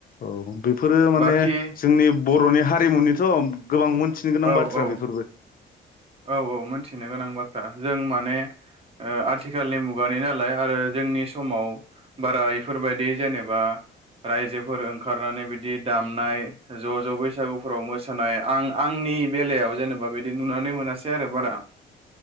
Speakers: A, on the left (about 45°); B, on the right (about 30°).
A: औ बेफोरो माने
B: बाखि
A: जोंनि बर'नि हारिमुनिथ' गोबां मोन्थ थिनो गोनां
B: औ
A: बाथ्रा
B: औ
A: बेफोरबो <inaudible>
B: औ औ मोनथिनो गोनां बाथ हा जों माने ओ आथिखालनि मुगानि नालाय आरो जोंनि समाव बारा इफोरबायदि जेनेबा रायजोफोर ओंखारनानै बिदि दामनाय ज' ज' बैसागुफोराव मोसानाय आं आंनि बेलायाव जेनेबा बेदि नुनानै मोनासै आरो बारा